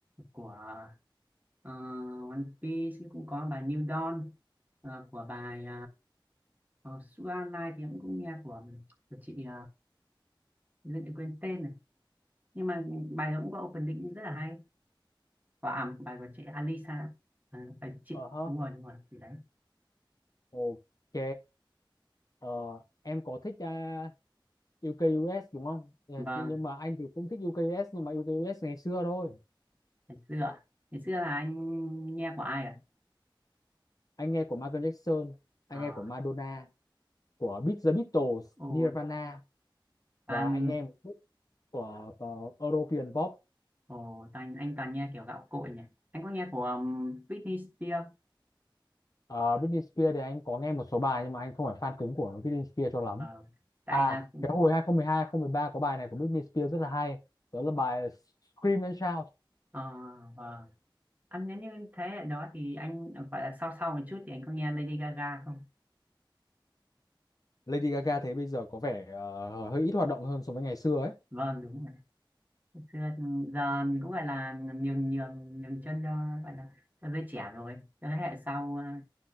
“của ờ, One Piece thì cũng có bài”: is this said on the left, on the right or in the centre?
Right